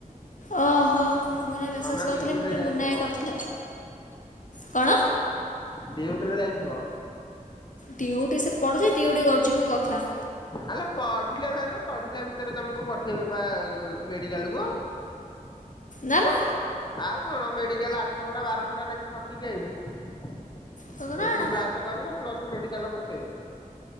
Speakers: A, on the left; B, on the left.
A: ଓହୋ ମୁଁ ନା ମେସେଜ
B: ଧନ
A: କରିଥିଲି
B: ଡ୍ୟୁଟିରେ
A: ମୁଁ କହିଲି
B: ଯାଇଥିବ
A: ମୁନା ଭାଇ କରିଥିଲା। କଣ?
B: ଡିଉଟି ରେ ଯାଇଥିବ।
A: ଡିଉଟି ସେ ପଢୁଛି ଡିଉଟି କରୁଛି କି କଥା।
B: ଆଲୋ ପଢିଲେ ମାନେ ପଢିଲା ଭିତରେ ତମକୁ ପଠେଇବେ ବା ମେଡିକାଲ କୁ।
A: ନା ନା
B: ଆଉ କଣ ମେଡିକାଲ ଆଠ ଘଣ୍ଟା ବାର ଘଣ୍ଟା ନାକେ ଖଟିକି ଆଇବୁ।
A: ସତ ନା
B: ଏଠି
A: କଣ?
B: କ୍ଲାସ କରିବ ପ୍ଲସ ମେଡିକାଲ ପଠେଇବେ।